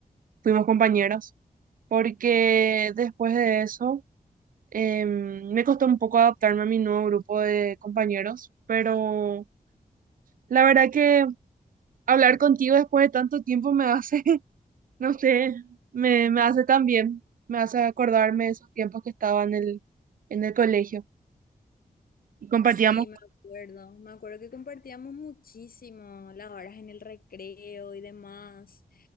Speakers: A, on the right; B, on the left.
A: fuimos compañeras, porque después de eso em, me costó un poco adaptarme a mi nuevo grupo de compañeros, pero la verdad que hablar contigo después de tanto tiempo me hace <laughs> No sé, me, me hace tan bien, me hace acordarme de esos tiempos que estaba en el, en el colegio y compartíamos.
B: Sí, me acuerdo. Me acuerdo que compartíamos muchísimo las horas en el recreo y demás.